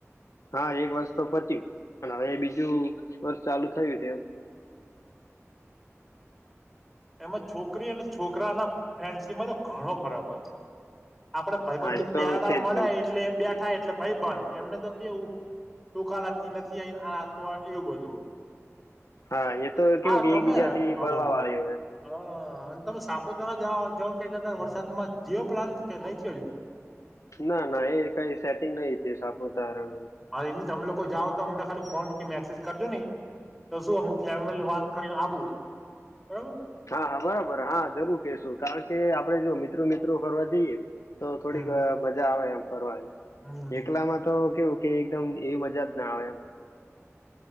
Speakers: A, on the left; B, in the centre.
A: હા એક વર્ષ તો પત્યું, પણ હવે બીજું વર્ષ ચાલુ થયું છે એમ.
B: એમાં છોકરી અને છોકરા ના ફેન્સીમાં તો ઘણો ફરક હોય છે. આપડે ભાઈબંધ
A: હા એ તો છે
B: <unintelligible> મલે
A: જ ભાઈ
B: એટલે બેઠા એટલે ભાઈબંધ, એમને તો કેવું ટૂંકા લાગતી નથી <unintelligible> એવું બધું.
A: હા. એ તો કેવું
B: હા
A: કે
B: તમે
A: એકબીજા થી
B: હા
A: બળવા
B: બોલો
A: વાળી હોય એમ.
B: હા. અન તમે સાપુતારા જા જાવાનું કેતા તા વરસાદ માં, થયો પ્લાન કે નહીં થયો હજી?
A: ના, ના એ કાઈ સેટિંગ નહી થયું સાપુતારાનું.
B: હા એની તમે લોકો જાઓ તો અમને ખાલી ફોન કે મેસેજ કરજો નેઈ. તો શું અમુક ફેમિલીને વાત કરીને આબું <unintelligible>
A: હા બરાબર હા, જરૂર કેશું, કારણ કે આપડે જો મિત્રો-મિત્રો ફરવા જઈએ તો થોડીક
B: હમ
A: મજા આવે એમ ફરવાની,
B: હમ
A: એકલા માં તો કેવુંક કે એકદમ એવી મજા જ ના આવે એમ.